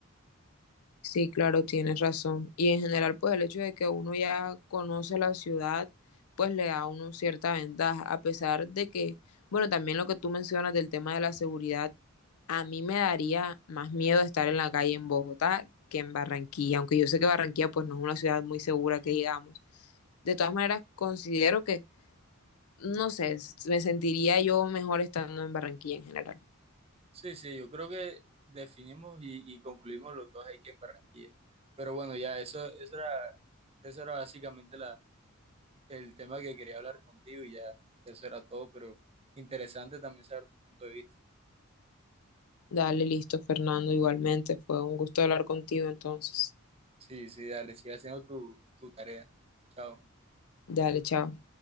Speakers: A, on the left (about 85°); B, on the right (about 25°).
A: Sí, claro, tienes razón. Y en general, pues el hecho de que uno ya conoce la ciudad, pues le da a uno cierta ventaja, a pesar de que, bueno, también lo que tú mencionas del tema de la seguridad, a mí me daría más miedo estar en la calle en Bogotá que en Barranquilla, aunque yo sé que Barranquilla pues no es una ciudad muy segura que digamos. De todas maneras, considero que, no sé, s- me sentiría yo mejor estando en Barranquilla en general.
B: Sí, sí, yo creo que definimos y, y concluimos los dos ahí que en Barranquilla. Pero bueno, ya eso, eso era, eso era básicamente el tema que quería hablar contigo y ya, eso era todo, pero interesante también saber tu punto de vista.
A: Dale, listo, Fernando, igualmente, fue un gusto hablar contigo entonces.
B: Sí, sí, dale, sigue haciendo tu, tu tarea. Chao.
A: Dale, chao.